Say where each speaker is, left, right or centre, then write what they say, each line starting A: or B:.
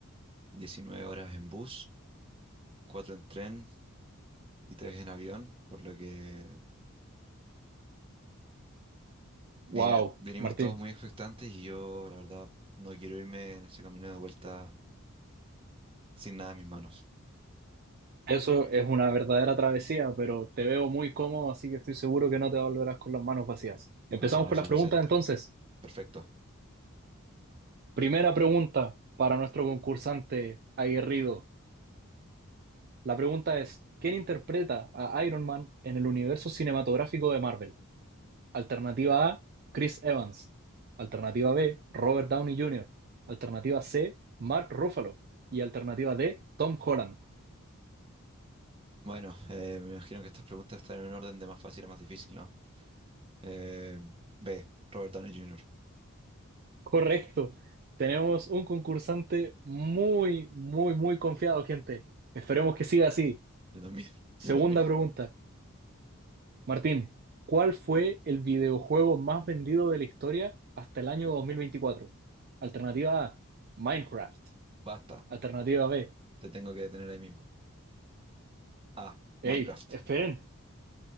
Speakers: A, on the right (about 25°); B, on the right (about 45°).
A: 19 horas en bus. cuatro en tren y tres en avión, por lo que
B: Wow,
A: vine- venimos
B: Martín.
A: todos muy expectantes y yo, la verdad, no quiero irme en ese camino de vuelta sin nada en mis manos.
B: Eso es una verdadera travesía, pero te veo muy cómodo, así que estoy seguro que no te volverás con las manos vacías. Empezamos
A: Muchas gracias,
B: con las
A: Vicente.
B: preguntas entonces.
A: Perfecto.
B: Primera pregunta para nuestro concursante aguerrido. La pregunta es, ¿quién interpreta a Iron Man en el universo cinematográfico de Marvel? Alternativa A, Chris Evans. Alternativa B, Robert Downey Jr. Alternativa C, Mark Ruffalo. Y alternativa D, Tom Holland.
A: Bueno, eh, me imagino que estas preguntas están en un orden de más fácil a más difícil, ¿no? Eh, B, Robert Downey Jr.
B: Correcto. Tenemos un concursante muy, muy, muy confiado, gente. Esperemos que siga así.
A: Yo también, <laughs>
B: Segunda
A: yo también.
B: pregunta. Martín, ¿cuál fue el videojuego más vendido de la historia hasta el año 2024? Alternativa A, Minecraft.
A: Basta,
B: Alternativa B.
A: te tengo que detener ahí mismo. A,
B: Ey,
A: Minecraft.
B: esperen.